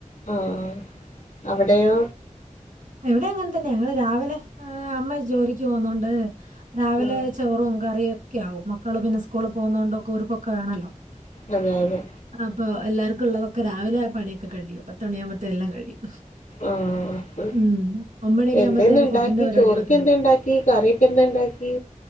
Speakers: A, on the left (about 80°); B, on the right (about 80°).
A: ആഹ് ആഹ് അവ്ടെയോ
B: ഇവ്ടെ അങ്ങൻതന്നെ ഞങ്ങള് രാവിലെ എഹ് അമ്മ ജോലിക്ക് പോവുന്നോണ്ട് രാവിലെ
A: ആഹ്
B: ചോറും കറിയും ഒക്കെയാവും മക്കള് പിന്നെ സ്കൂള് പോകുന്നോണ്ട് ഒക്കെ ഓര്ക്കൊക്കെ വേണല്ലോ
A: അതെ അതെ.
B: അപ്പൊ എല്ലാർക്കും ഉള്ളതൊക്കെ രാവിലെ ആ പണിയൊക്കെ കഴിയും പത്തണിയാകുമ്പോത്തേ എല്ലാം കഴിയും.
A: ആഹ്
B: ഉം. ഒമ്പണിയൊക്കെ
A: എന്തേ
B: ആകുമ്പത്തേക്ക്
A: ഇന്ന്ണ്ടാക്കി
B: ഫുഡിന്റെ പരിപാടികളൊക്കെ
A: ചോറ്ക്കെ
B: കഴിയും.
A: എന്തേണ്ടാക്കി കറിയൊക്കെ എന്തേണ്ടാക്കി?